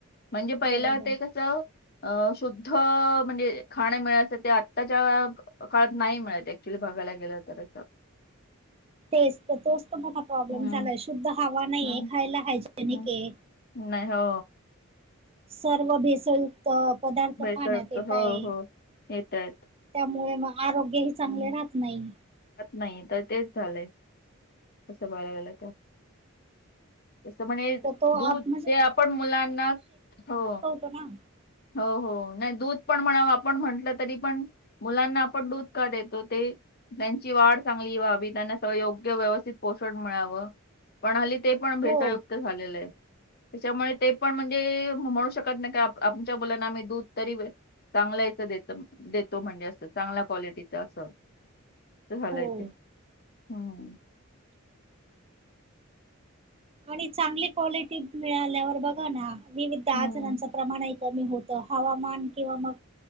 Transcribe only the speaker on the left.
म्हणजे पहिला
वाट ते कसं. अ शुद्ध म्हणजे खाण मिळायचं ते आत्ताच्या काळत नाही मिळत ऍक्च्युली बघायला गेलं खर तरं.
हम्म
हम्म
हम्म
नाही हो.
भेसळ
युक्त.
हो
हो येत आहेत
हम्म.
नाही तर तेच झालंय असं बघायला गेलं तर. तसं पण हे
दूध
जे
आपण मुलांना हो.
हो हो नाही दूध पण म्हणाव आपण म्हटलं तरी पण. मुलांना आपण दूध का देतो ते. त्यांची वाढ चांगली व्हावी त्यांना स योग्य व्यवस्थित पोषण मिळावं. पण हल्ली ते पण भेसळयुक्त.
झालेलं आहे त्याच्यामुळे ते पण म्हणजे म्हणू शकत नाही का आप आमच्या मुलांना आम्ही दूध तरी चांगल्या इथं देत देतो म्हणजे असं चांगल्या क्वालिटीच असं. झाला
ते. हम्म
हम्म